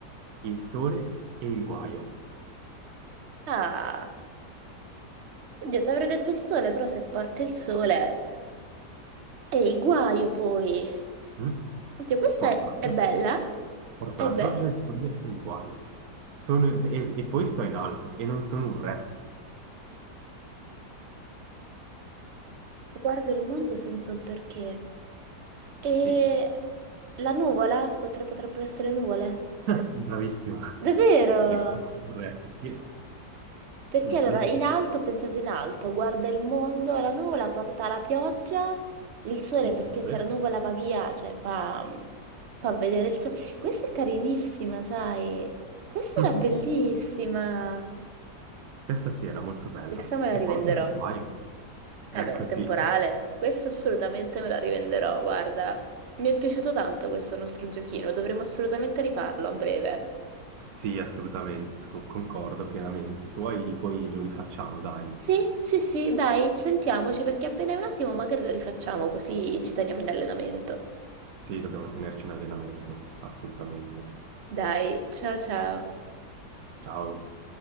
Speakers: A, on the right (about 65°); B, on the right (about 50°).
A: il sole e il guaio.
B: Ah, oddio, ti avrei detto il sole, però se porti il sole è il guaio poi.
A: Mm?
B: Oddio, questa
A: Porto
B: è,
A: la
B: è
A: pioggia,
B: bella.
A: porto
B: E
A: la
B: beh,
A: pioggia, il sole e il guaio. Sono- e, e poi sto in alto e non sono un re.
B: guardo il mondo senza un perché. E
A: Sì,
B: la nuvola? Potre- potrebbero essere nuvole?
A: <laughs> bravissima,
B: Davvero?
A: risposta corretta. Sì.
B: Perché
A: Mhm.
B: allora in alto ho pensato in alto, guarda il mondo, la nuvola porta la pioggia, il sole
A: Il
B: perché
A: sole.
B: se la nuvola va via, cioè fa, fa vedere il sole. Questa è carinissima, sai? Questa
A: Mm.
B: era bellissima.
A: Questa sì era molto bella
B: Questa me la
A: e
B: rivenderò.
A: porta dei guai.
B: Eh
A: Ecco,
B: beh, il
A: sì,
B: temporale, questa assolutamente me la rivenderò, guarda. Mi è piaciuto tanto questo nostro giochino, dovremo assolutamente rifarlo a breve.
A: sì, assolutamente, sco- concordo pienamente. Se vuoi poi lo rifacciamo, dai.
B: Sì, sì, sì, dai, sentiamoci perché appena un attimo magari lo rifacciamo così ci teniamo in allenamento.
A: Sì, dobbiamo tenerci in allenamento, assolutamente.
B: Dai, ciao ciao.
A: Ciao.